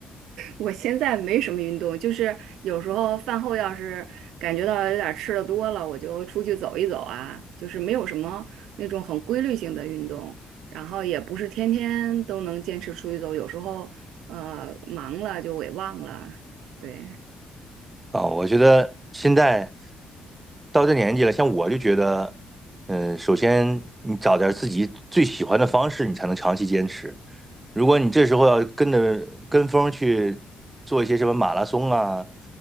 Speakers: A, on the right; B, on the right.
A: 我现在没什么运动，就是有时候饭后要是感觉到有点儿吃的多了，我就出去走一走啊，就是没有什么那种很规律性的运动，然后也不是天天都能坚持出去走，有时候呃忙了就给忘了，对。
B: 啊，我觉得现在到这年纪了，像我就觉得，嗯，首先你找点儿自己最喜欢的方式，你才能长期坚持。如果你这时候要跟着跟风儿去做一些什么马拉松啊，